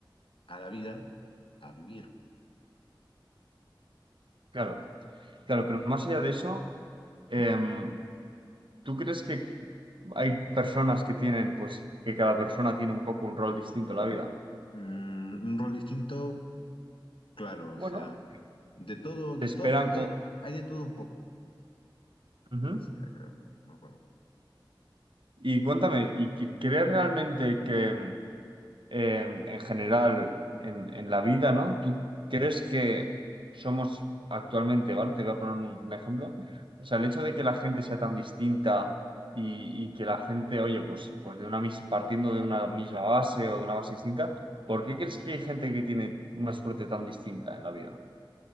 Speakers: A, on the left; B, on the right.
A: a la vida, a vivir,
B: Claro, claro, pero más allá de eso, em, ¿tú crees que hay personas que tienen, pues, que cada persona tiene un poco un rol distinto en la vida?
A: mm, un rol distinto, claro, o
B: Bueno,
A: sea, de todo, de
B: te esperan...
A: todo, hay,
B: co-
A: hay de todo un poco,
B: Ujú.
A: así era, creo, no me acuerdo.
B: Y cuéntame, ¿y qué- crees realmente que... em, en general en, en la vida, ¿no? ¿Tú crees que somos actualmente, ¿vale? Te voy a poner un, un ejemplo. O sea, el hecho de que la gente sea tan distinta y, y que la gente, oye, pues, pues de una mis- partiendo de una misma base o de una base distinta, ¿por qué crees que hay gente que tiene una suerte tan distinta en la vida?